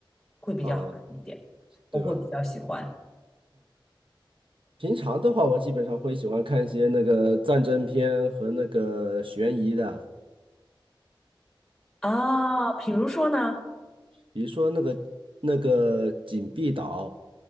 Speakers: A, in the centre; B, on the right.
A: 会比较好看一点，
B: 啊，
A: 我会比较喜欢
B: 对吧？平常的话，我基本上会喜欢看一些那个战争片和那个悬疑的，
A: 啊。比如说呢？
B: 比如说那个那个《紧闭岛》，